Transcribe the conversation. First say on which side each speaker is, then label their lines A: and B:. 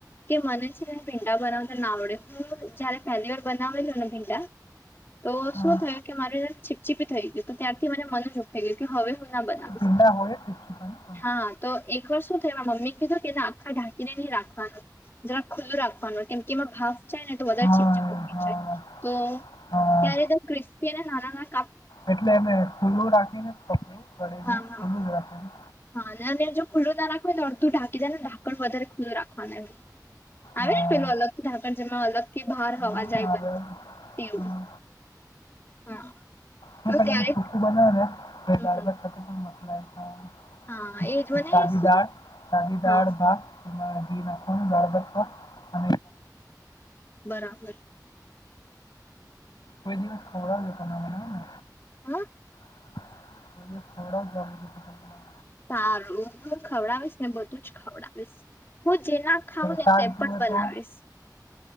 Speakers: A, on the left; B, on the left.
A: કે મને છે પીંડા બનાવતા ના આવડે જયારે પેલી વાર બનાવેલોો ને ભીંડા તો
B: હા
A: શું થયું કે મારેમ છીપછીપી થઈ ગય તો ત્યારથી મને મન જખાઈ ગયું કે હવે
B: ભીંડા હોય જ કેપ્સિકમ પણ
A: હા તો એક વાર શું થાય એ મમ્મી કીધું એના આખા ઢાંકીને નહીં રાખવાનું જરાક ખુલ્લું રાખવાનું કેમ કે એમાં ભાવ વધારે
B: હા
A: ચીપચ
B: હા
A: તો
B: હા
A: ત્યારેદમ ક્રિસ્પી અને નાના ના
B: એટલે એને ખુલ્લું રાખીને પપડું કળીું
A: હા હા
B: ખુલ્લું જ રાખી
A: હા અને જો ખુલ્લું ના રાખ હો ને અડું ઢાકીાય ને ઢાકણ વધારે ખુલ્લું રાખવાના એું આવે
B: હા
A: ને પેલું અલગથી ઢાકણ જેમાં અલગ થી બહાર હોવા
B: હા
A: જાય
B: હા
A: બધું
B: હવે
A: તેવું
B: હા
A: હા
B: ન
A: તો
B: પણ
A: ત્યારે
B: એને સૂકું બનાવ
A: હમ
B: દાળ
A: હમ
B: ભાત સાથે પણ મલા ખવા
A: હા એજ મને
B: સાદી
A: શું
B: દાળ સાદીી
A: હા
B: દાળ ભાગ માં દી ના ગાળ દ તો અને
A: બરાબર
B: કોઈ દિવસ ખવડાવ ત મને ને
A: હા
B: પ થોડા જબ
A: સારું હ ખવડાવીશ ને બધું જ ખવડાવીશ હું જેના ખઉં ને
B: શાક
A: તે
B: જુએ
A: પણ બનાવીશ
B: તો